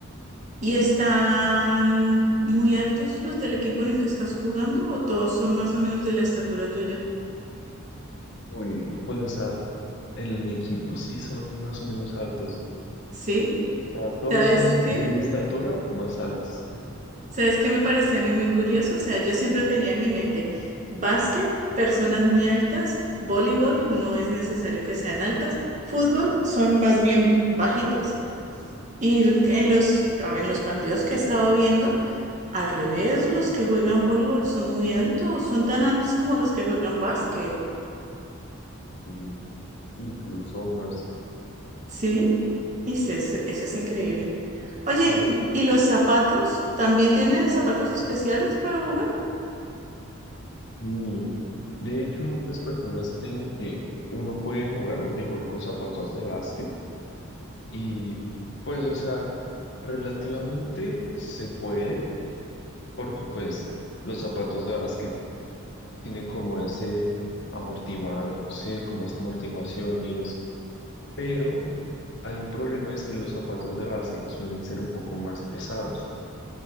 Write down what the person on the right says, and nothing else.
¿Y
están muy altos los del equipo en el que estás jugando o todos son más o menos de la estatura tuya?
¿Sí?
¿Sabes
qué?
¿Sabes qué me parecía a mí muy curioso? O sea, yo siempre tenía en mi mente básquet, personas muy altas, voleibol, no es necesario que sean altas, fútbol, son más bien bajitos. Y en los, en los
partidos que estaba viendo, al revés, los que juegan voleibol son muy altos, son tan altos como los que juegan básquet,
¿sí? Y se- eso, eso es increíble. Oye,
¿y los zapatos? ¿También tienen zapatos especiales para jugar?